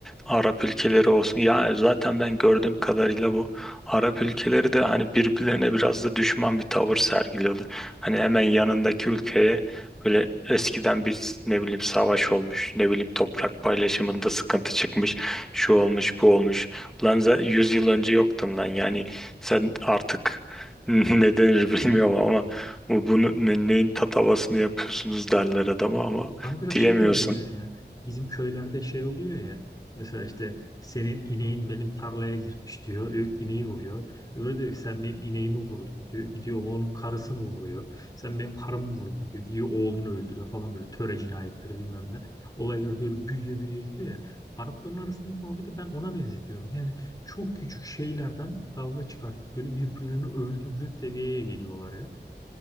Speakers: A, in the centre; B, on the left.
A: Arap ülkeleri olsun. Ya zaten ben gördüğüm kadarıyla bu Arap ülkeleri de hani birbirlerine biraz da düşman bir tavır sergiliyorlar. Hani hemen yanındaki ülkeye böyle eskiden bir ne bileyim savaş olmuş, ne bileyim toprak paylaşımında sıkıntı çıkmış, şu olmuş, bu olmuş. Ulan za- 100 yıl önce yoktun lan yani sen artık <laughs> ne denir bilmiyorum ama bu bunu ne- neyin tatavasını yapıyorsunuz derler adama ama
B: Bana biraz
A: diyemiyorsun.
B: şey gibi geliyor ya. Bizim köylerde şey oluyor ya. Mesela işte senin ineğin benim tarlaya girmiş diyor. Ö- ineği vuruyor. Öbürü diyor ki sen benim ineğimi vurdun diyor. Gidiyor onun karısını vuruyor. Sen benim karımı vurdun diyor. Gidiyor oğlunu öldürüyor falan böyle töre cinayetleri bilmem ne. Olaylar böyle büyüye büyüye gidiyor ya. Arapların arasındaki muhabbeti ben ona benzetiyorum. Yani çok küçük şeylerden kavga çıkartıp böyle birbirlerini öldürecek seviyeye geliyorlar ya.